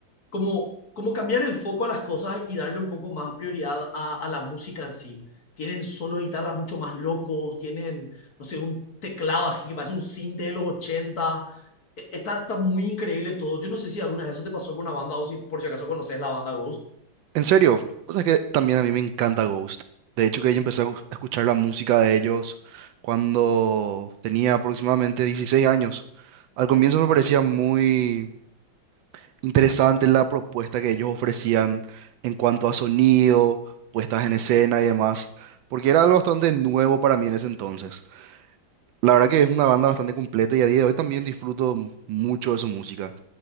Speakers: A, on the left; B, on the right.
A: como, como cambiar el foco a las cosas y darle un poco más prioridad a, a la música en sí. Tienen solos de guitarra mucho más locos, tienen, no sé, un teclado así que parece un cinte de los 80, Está, está muy increíble todo. Yo no sé si alguna vez eso te pasó con una banda o si por si acaso conoces la banda Ghost.
B: En serio, cosa que también a mí me encanta Ghost. De hecho, que yo empecé a gu- a escuchar la música de ellos cuando tenía aproximadamente 16 años. Al comienzo me parecía muy interesante la propuesta que ellos ofrecían en cuanto a sonido, puestas en escena y demás, porque era algo bastante nuevo para mí en ese entonces. La verdad que es una banda bastante completa y a día de hoy también disfruto mucho de su música.